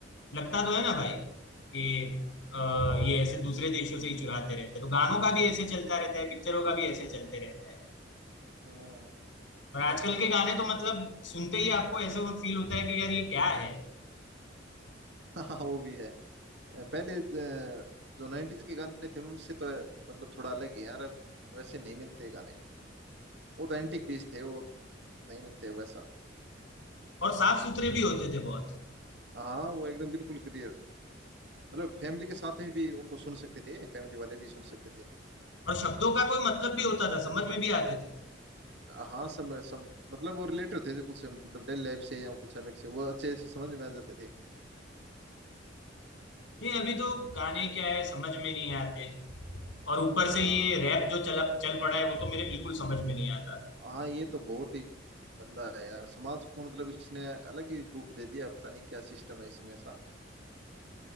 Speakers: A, on the left (about 80°); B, on the right (about 70°).
A: लगता तो है ना भाई कि अ,
B: हाँ हाँ वो
A: ये
B: भी
A: ऐसे
B: है
A: दूसरे देशों से ही चुराते रहते हैं तो गानों का भी ऐसे चलता रहता है पिक्चरों का भी ऐसे चलते रहता है
B: हाँ
A: और आजकल के गाने तो मतलब सुनते ही आपको ऐसे फील होता है कि यार ये क्या है
B: हाँ <laughs> वो भी है पहले ज- जो नाइन्टीज के गाने थे उनसे तो मतलब थोड़ा अलग ही यार अब वैसे नहीं मिलते गाने वो तो एंटीक पीस थे वो नहीं मिलते वैसा
A: और साफ सुथरे भी होते थे बहुत
B: हाँ वो एकदम बिल्कुल क्लियर मतलब फैमिली के साथ में भी उनको सुन सकते थे फैमिली वाले भी सुन सकते थे
A: और शब्दों का कोई मतलब भी होता था समझ में भी आते थे
B: हाँ सम, सम, मतलब वो रिलेट होते थे कुछ से मतलब डेली लाइफ से या कुछ अलग से वो अच्छे से समझ में आ जाते थे
A: नहीं अभी तो गाने क्या है समझ में नहीं आते और ऊपर
B: हाँ
A: से ये रैप जो चल चल पड़ा है वो तो मेरे बिल्कुल समझ में नहीं आता
B: हाँ ये तो बहुत ही गंदा है यार समाज को मतलब इसने अलग ही रूप दे दिया पता नहीं क्या सिस्टम है इसमें ऐसा